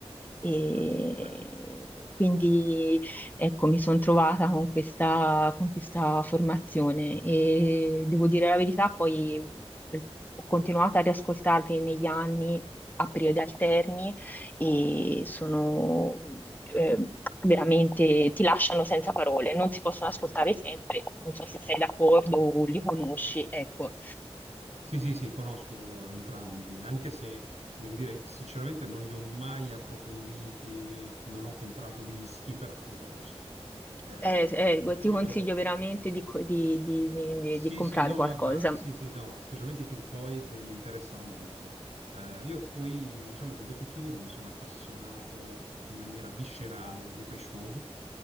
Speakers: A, on the left; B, on the right.
A: E
B: Ah, bello.
A: quindi ecco, mi sono trovata con questa, con questa formazione e devo dire la verità, poi eh, ho continuato a riascoltarli negli anni a periodi alterni e sono eh, veramente, ti lasciano senza parole, non si possono ascoltare sempre, non so se sei d'accordo o li conosci, ecco,
B: Sì, sì, sì, conosco entrambi, anche se devo dire sinceramente non li ho mai approfonditi, non ho comprato dischi, però li conosco. Eh,
A: Eh, eh,
B: io
A: ti consiglio veramente di, co- di- di- di- di-
B: sì,
A: di comprare
B: sì, no,
A: qualcosa.
B: guarda, sì, sì, no, specialmente i Pink Floyd mi interessano molto. Eh, io poi diciamo che dopo i Cure mi sono appassionato in maniera viscerale ai Depeche Mode.